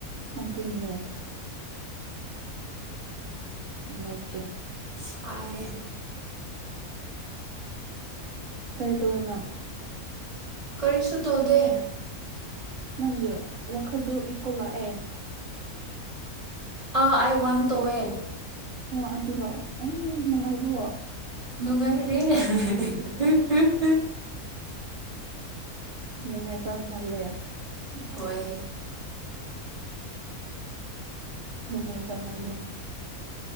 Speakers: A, on the right; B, on the right.
A: ꯑꯗꯨꯅꯦ <unintelligible> ꯏꯇꯦ
B: ꯁꯥꯏ ꯌꯦ
A: ꯀꯔꯤ ꯇꯧꯌꯦ ꯅꯪ
B: ꯀꯔꯤꯁꯨ ꯇꯣꯗꯦ
A: ꯅꯪꯒꯤ ꯋꯥꯈꯜꯗꯨ ꯏꯀꯣꯂ ꯂꯥꯛ ꯑꯦ
B: ꯑ ꯑꯥꯏ ꯋꯥꯟ ꯇꯣꯋꯦ
A: ꯑꯣ ꯑꯗꯨꯔꯣꯑꯣ ꯎ ꯅꯨꯡꯉꯥꯏꯕ꯭ꯔꯣ
B: ꯅꯨꯉꯥꯏꯍꯦ <inaudible>
A: ꯅꯨꯡꯉꯥꯏꯕ ꯃꯜꯂꯦ ꯁ
B: ꯍꯣꯏ
A: <unintelligible> ꯃꯃꯦꯕ ꯃꯥꯜꯦ